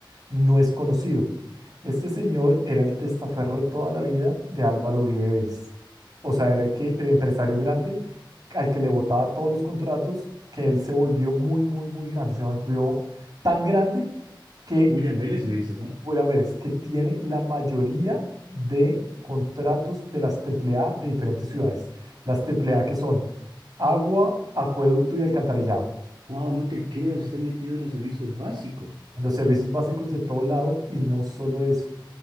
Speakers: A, on the right; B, on the right.
A: No es conocido. Este señor era el testaferro de toda la vida de Álvaro Uribe Vélez. O sea, era el que, el empresario grande al que le botaba todos los contratos, que él se volvió muy, muy, muy grande. Se volvió tan grande que,
B: William Vélez, me dices, ¿no?
A: William Vélez, que tiene la mayoría de contratos de las Triple A de diferentes ciudades. Las Triple A que son agua, acueducto y alcantarillado.
B: Wow, no te creo, se está metido en los servicios básicos.
A: en los servicios básicos de todo lado y no solo eso,